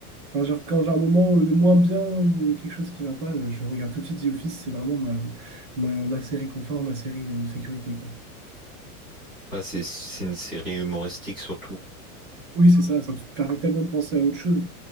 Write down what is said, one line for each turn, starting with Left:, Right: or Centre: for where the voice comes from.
Right: enfin, genre, quand j'ai un moment euh, de moins bien ou euh, quelque chose qui va pas, euh, je regarde tout de suite The Office. C'est vraiment ma, ma, ma série confort, ma série euh, sécurité, quoi.
Centre: Ouais, c'est, c'est une série humoristique surtout.
Right: Oui, c'est ça, ça te permet tellement de penser à autre chose.